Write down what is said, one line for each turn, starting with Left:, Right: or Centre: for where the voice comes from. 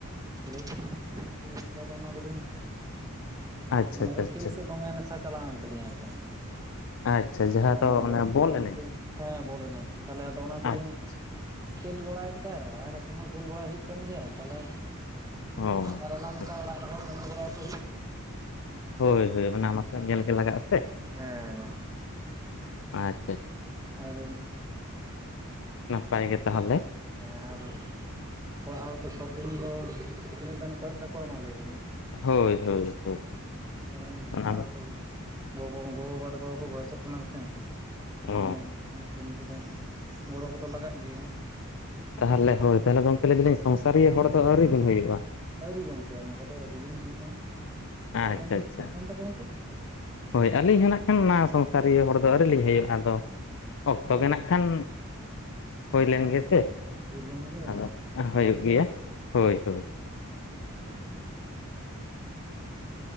Right: ᱠᱷᱮᱞᱳᱰ ᱟᱹᱞᱤᱧ ᱫᱚ ᱚᱱᱟ ᱫᱚ ᱞᱤᱧ
Left: ᱟᱪᱪᱷᱟ
Right: ᱢᱟᱱᱮ
Left: ᱟᱪᱪᱷᱟ
Right: ᱠᱷᱮᱞ
Left: ᱟᱪᱪᱷᱟ
Right: ᱥᱮᱫ ᱫᱚᱢᱮ ᱱᱟᱮᱥᱟ ᱪᱟᱞᱟᱣᱮᱱ ᱛᱟᱞᱤᱧᱟ ᱟᱨᱠᱤ᱾
Left: ᱟᱪᱪᱷᱟ ᱡᱟᱦᱟᱸ
Right: ᱟᱫᱚ
Left: ᱫᱚ
Right: ᱚᱱᱟ ᱵᱚᱞ ᱠᱚᱞᱤᱧ
Left: ᱮᱱᱮᱡ
Right: ᱦᱮᱸ ᱵᱚᱞ ᱮᱱᱮᱡ ᱛᱟᱦᱚᱞᱮ ᱟᱫᱚ ᱚᱱᱟ ᱠᱚ
Left: ᱟᱪᱪᱷᱟ
Right: ᱞᱤᱧ ᱠᱷᱮᱞ ᱵᱟᱲᱟ ᱠᱮᱫᱟ ᱟᱨ ᱮᱠᱷᱚᱱ ᱦᱚᱸ ᱠᱷᱮᱞ ᱵᱟᱲᱟᱭ ᱦᱩᱭᱩᱜ ᱠᱟᱱ ᱜᱮᱭᱟ ᱛᱟᱞᱦᱮ
Left: ᱚ
Right: ᱟᱨ ᱚᱱᱟ ᱢᱮᱥᱟ
Left: ᱟᱪᱪᱷᱟ
Right: ᱚᱲᱟᱜ ᱨᱮᱦᱚᱸ ᱠᱟᱹᱢᱤ ᱵᱟᱲᱟᱭ ᱠᱚ ᱦᱩᱭᱩᱜ
Left: ᱦᱳᱭ ᱦᱳᱭ ᱚᱱᱟ ᱢᱟᱛᱚ ᱧᱮᱞ ᱜᱮ ᱞᱟᱜᱟᱜ ᱟᱥᱮ,
Right: ᱦᱮᱸ
Left: ᱟᱪᱪᱷᱟ ᱟᱪᱪᱷᱟ ᱾
Right: ᱟᱨ
Left: ᱱᱟᱯᱟᱭ ᱜᱮ ᱛᱟᱦᱚᱞᱮ ᱾
Right: ᱦᱮᱸ ᱟᱨ ᱚᱲᱟᱜ ᱦᱚᱲ ᱛᱚ ᱥᱚᱵ ᱫᱤᱱ ᱫᱚ ᱛᱤᱱᱟᱹᱜ ᱵᱮᱱ ᱠᱚᱭᱚᱜ ᱠᱟᱠᱚᱣᱟ ᱢᱟ ᱞᱟᱹᱭ ᱵᱤᱱ᱾
Left: ᱦᱳᱭ ᱦᱳᱭ ᱦᱳᱭ
Right: ᱠᱟᱨᱚᱱ
Left: ᱚᱱᱟ
Right: ᱚᱲᱟ
Left: ᱫᱚ
Right: ᱛᱮᱜᱤ ᱜᱚᱵᱟ ᱜᱚᱼᱵᱟᱵᱟ ᱛᱟᱠᱚ ᱫᱚ ᱠᱚ ᱵᱚᱭᱚᱥᱚᱜ ᱠᱟᱱᱟ ᱠᱚᱥᱮ, <unintelligible>
Left: ᱚ
Right: ᱚᱱᱟ ᱠᱟᱹᱢᱤ ᱠᱚᱫᱚ ᱜᱚᱲᱚ ᱠᱚᱫᱚ ᱞᱟᱜᱟᱜ ᱜᱮᱭᱟ ᱾
Left: ᱛᱟᱦᱚᱞᱮ ᱦᱳᱭ ᱛᱟᱦᱚᱞᱮ ᱜᱚᱝᱠᱮ ᱞᱟᱹᱭ ᱫᱟᱞᱤᱧ ᱥᱚᱝᱥᱟᱨᱤᱭᱟᱹ ᱦᱚᱲ ᱫᱚ ᱟᱹᱣᱨᱤ ᱵᱤᱱ ᱦᱩᱭᱩᱜ-ᱟ?
Right: ᱟᱹᱣᱨᱤ ᱜᱚᱝᱠᱮ ᱚᱱᱟ ᱠᱚᱫᱚ ᱟᱹᱣᱨᱤ ᱞᱤᱧ ᱦᱩᱭᱩᱜ-ᱟ, ᱛᱚ
Left: ᱟᱪᱪᱷᱟ
Right: ᱟᱵᱮᱱ ᱫᱚ
Left: ᱟᱪᱪᱷᱟ
Right: ᱟᱵᱮᱱ ᱫᱚ ᱜᱚᱝᱠᱮ
Left: ᱦᱳᱭ ᱟᱹᱞᱤᱧ ᱦᱚᱸ ᱱᱟᱜ ᱠᱷᱟᱱ ᱚᱱᱟ ᱥᱚᱝᱥᱟᱨᱤᱭᱟᱹ ᱦᱚᱲ ᱫᱚ ᱟᱹᱣᱨᱤ ᱞᱤᱧ ᱦᱩᱭᱩᱜ-ᱟ, ᱟᱫᱚ
Right: ᱚ
Left: ᱚᱠᱛᱚ ᱜᱮ ᱱᱟᱜ ᱠᱷᱟᱱ ᱦᱩᱭ ᱞᱮᱱ
Right: ᱦᱮᱸ
Left: ᱜᱮ ᱥᱮ ᱾
Right: ᱦᱩᱭ ᱞᱮᱱ ᱜᱮ
Left: ᱟᱫᱚ ᱦᱩᱭᱩᱜ ᱜᱮᱭᱟ, ᱦᱳᱭ ᱦᱳᱭ ᱾
Right: ᱤᱭᱟᱹ ᱨᱮ ᱜᱚᱝᱠᱮ ᱡᱟ ᱧᱮᱞ ᱛᱮᱱᱟᱜ ᱠᱟᱹᱴᱤᱡ ᱧᱮᱞ ᱠᱟᱜ ᱜᱮ ᱵᱷᱟᱜᱤᱭᱟ ᱾